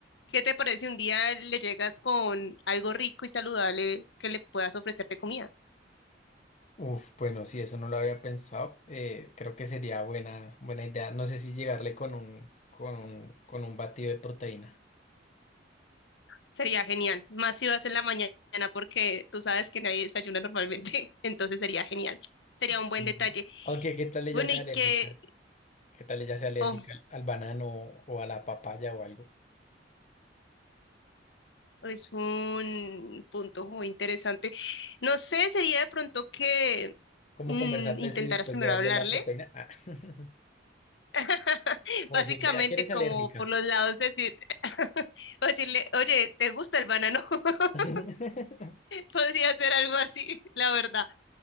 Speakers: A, on the left (about 70°); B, on the left (about 40°).
A: ¿Qué te parece si un día le llegas con algo rico y saludable que le puedas ofrecer de comida?
B: uf, bueno, sí, eso no lo había pensado. Eh, creo que sería buena, buena idea. No sé si llegarle con un, con un, con un batido de proteína.
A: Sería genial. Más si vas en la mañana, porque tú sabes que nadie desayuna normalmente, <laughs> entonces sería genial. Sería
B: Sí.
A: un buen detalle.
B: Aunque, ¿qué tal ella
A: Bueno,
B: sea
A: y
B: alérgica?
A: que,
B: ¿Qué tal ella sea alérgica
A: ojo,
B: al, al banano o a la papaya o algo?
A: Es un punto muy interesante. No sé, sería de pronto que
B: Como
A: mm,
B: conversar
A: intentaras
B: de eso y después
A: primero
B: llevarle
A: hablarle,
B: la proteína? Ah, <laughs>
A: <laughs>
B: Como
A: básicamente
B: decirle, ¿a qué eres
A: como
B: alérgica?
A: por los lados decir, <laughs> o decirle, oye, ¿te gusta el banano? <laughs>
B: <laughs>
A: Podría ser algo así, la verdad.